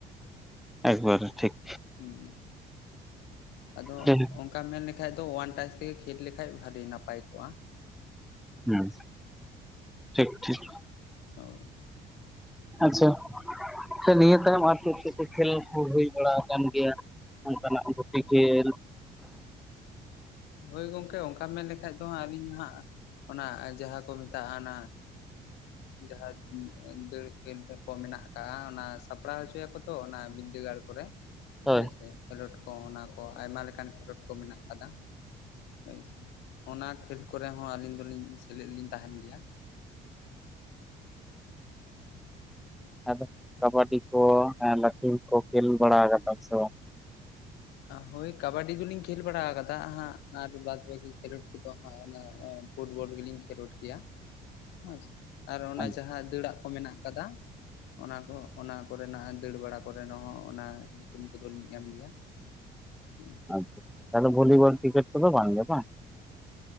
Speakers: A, in the centre; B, on the left.
A: ᱮᱠᱵᱟᱨᱮ ᱴᱷᱤᱠ
B: ᱦᱮᱸ ᱟᱫᱚ
A: ᱦᱮᱸ
B: ᱚᱱᱠᱟ ᱢᱮᱱ ᱞᱮᱠᱷᱟᱱ ᱮᱠᱷᱟᱡ ᱫᱚ ᱳᱭᱟᱱ ᱴᱟᱪ ᱛᱮᱜᱮ ᱠᱷᱮᱞ ᱞᱮᱠᱟᱡ ᱵᱷᱟᱹᱜᱤ ᱱᱟᱯᱟᱭ ᱠᱚᱜᱼᱟ
A: ᱦᱮᱸ ᱴᱷᱤᱠ ᱴᱷᱤᱠ
B: ᱦᱳᱭ
A: ᱟᱪᱷᱟ ᱱᱤᱭᱟᱹ ᱛᱟᱭᱚᱢ ᱟᱨ ᱪᱮᱫ ᱪᱮᱫ ᱠᱚ ᱠᱷᱮᱞ ᱠᱚ ᱦᱩᱭ ᱵᱟᱲᱟ ᱟᱠᱟᱱ ᱜᱮᱭᱟ ᱚᱱᱠᱟᱱᱟᱜ ᱜᱩᱛᱤ ᱠᱷᱮᱞ᱾
B: ᱦᱳᱭ ᱜᱚᱝᱠᱮ ᱚᱱᱠᱟᱢ ᱢᱮᱱᱞᱠᱷᱟᱡ ᱫᱚ ᱦᱟᱸᱜ ᱟᱹᱞᱤᱧ ᱦᱟᱸᱜ ᱚᱱᱟ ᱡᱟᱦᱟᱸ ᱠᱚ ᱢᱮ ᱛᱱᱟᱜ ᱟᱸ ᱡᱟᱦᱟᱸ ᱫᱟᱹᱲ ᱠᱷᱮᱞᱰ ᱠᱚ ᱢᱮᱱᱟᱜ ᱟᱠᱟᱜ ᱚᱱᱟ ᱥᱟᱯᱲᱟᱣ ᱦᱚᱪᱚᱭᱟ ᱛᱚ ᱚᱱᱟ ᱵᱤᱫᱽᱫᱟᱹᱜᱟᱲ ᱠᱚᱨᱮ
A: ᱦᱳᱭ
B: ᱦᱳᱭᱥᱮ ᱠᱷᱮᱞᱳᱰ ᱠᱚ ᱚᱱᱟ ᱠᱚ ᱟᱭᱢᱟ ᱞᱮᱠᱟᱱ ᱠᱷᱮᱞᱳᱰ ᱠᱚ ᱢᱮᱱᱟᱜ ᱠᱟᱫᱟ ᱦᱳᱭ ᱥᱮ ᱚᱱᱟ ᱠᱷᱮᱞ ᱠᱚᱨᱮ ᱦᱚᱸ ᱟᱹᱞᱤᱧ ᱫᱚᱞᱤᱧ ᱥᱮᱞᱮᱫ ᱞᱤᱧ ᱛᱟᱦᱮᱱ ᱜᱮᱭᱟ ᱦᱩᱸ
A: ᱟᱫᱚ ᱠᱟᱵᱟᱰᱤ ᱠᱚ ᱞᱟᱹᱴᱷᱤᱢ ᱠᱚ ᱠᱷᱮᱞ ᱵᱟᱲᱟ ᱟᱠᱟᱫᱟ ᱥᱮᱵᱟ
B: ᱦᱳᱭ ᱠᱟᱵᱟᱰᱤ ᱫᱚᱞᱤᱧ ᱠᱷᱮᱞ ᱵᱟᱲᱟ ᱟᱠᱟᱫᱟ ᱦᱟᱸᱜ ᱟᱨ ᱵᱟᱫ ᱵᱟᱹᱠᱤ ᱠᱷᱮᱞᱳᱰ ᱠᱚᱫᱚ ᱦᱟᱸᱜ ᱚᱱᱟ ᱯᱷᱩᱴᱵᱚᱞ ᱜᱮᱞᱤᱧ ᱠᱷᱮᱞᱳᱰ ᱜᱮᱭᱟ ᱦᱮᱸ ᱟᱨ ᱚᱱᱟ
A: ᱵᱟᱝ
B: ᱡᱟᱦᱟᱸ ᱫᱟᱹᱲᱟᱜ ᱠᱚ ᱢᱮᱱᱟᱜ ᱟᱠᱟᱫᱟ ᱚᱱᱟ ᱠᱚ ᱚᱱᱟ ᱠᱚᱨᱮᱱᱟᱜ ᱫᱟᱹᱲ ᱵᱟᱲᱟ ᱠᱚᱨᱮ ᱦᱚᱸ ᱚᱱᱟ ᱧᱩᱛᱩᱢ ᱠᱚᱫᱚᱞᱤᱧ ᱮᱢ ᱜᱮᱭᱟ ᱦᱮᱸ
A: ᱟᱪ ᱛᱟᱦᱚᱞᱮ ᱵᱷᱚᱞᱤᱵᱚᱞ ᱠᱨᱤᱠᱮᱴ ᱫᱚ ᱵᱟᱝ ᱜᱮ ᱵᱟᱝ